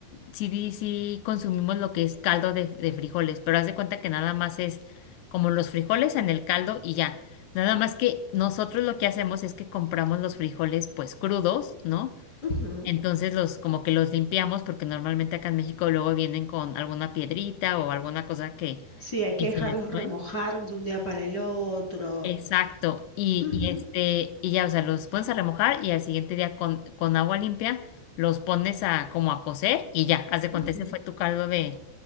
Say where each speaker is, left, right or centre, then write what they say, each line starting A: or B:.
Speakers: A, on the left (about 80°); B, on the left (about 25°).
A: sí, di- sí consumimos lo que es caldo de, de frijoles, pero haz de cuenta que nada más es como los frijoles en el caldo y ya. Nada más que nosotros lo que hacemos es que compramos los frijoles pues crudos, ¿no?
B: ujú.
A: Entonces los como que los limpiamos porque normalmente acá en México luego vienen con alguna piedrita o alguna cosa que,
B: Sí, hay que
A: que
B: dejarlos
A: se les
B: remojar
A: fue.
B: de un día para el otro.
A: Exacto, y,
B: Ujú,
A: y este, y ya, o sea, los pones a remojar y al siguiente día con, con agua limpia los pones a como a cocer y ya, haz de
B: ujú.
A: cuenta, ese fue tu caldo de,